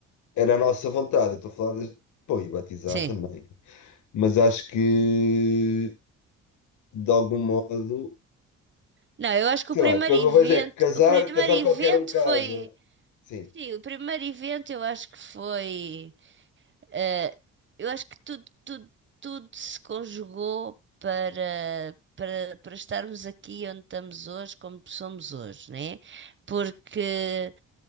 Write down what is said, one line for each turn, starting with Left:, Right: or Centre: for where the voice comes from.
Left: era a nossa vontade. Eu estou a falar de... Pô, e batizar
Right: Sim.
Left: também. Mas acho que, de algum modo.
Right: Não, eu acho que
Left: sei
Right: o primeiro
Left: lá, o que eu
Right: evento.
Left: vejo é que casar,
Right: O primeiro
Left: casar
Right: evento
Left: qualquer um casa.
Right: foi.
Left: Sim,
Right: Sim, o primeiro evento eu acho que foi. Eh, eu acho que tudo, tudo, tudo se conjugou para, para, para estarmos aqui onde estamos hoje, como somos hoje, né? Porque